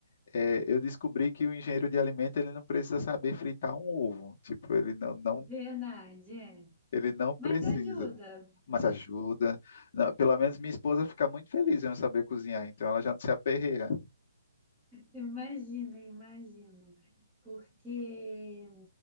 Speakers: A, on the left; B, in the centre.
A: eh, eu descobri que o engenheiro de alimento ele não precisa saber fritar um ovo. Tipo, ele não, não,
B: Verdade, é.
A: ele não precisa,
B: Mas ajuda.
A: mas ajuda. Não, pelo menos minha esposa fica muito feliz em eu saber cozinhar, então ela já não se aperreia.
B: Imagino, imagino. Porque